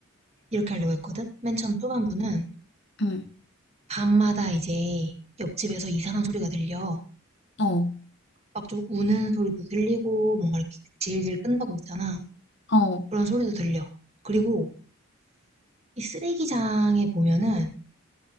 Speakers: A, on the right; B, on the left.
A: 이렇게 하려고 했거든? 맨 처음 초반부는
B: 음,
A: 밤마다 이제 옆집에서 이상한 소리가 들려.
B: 어.
A: 막 좀 우는 소리도 들리고 뭔가 이렇게 질질 끈다고 했잖아.
B: 어.
A: 그런 소리도 들려. 그리고 이 쓰레기장에 보면은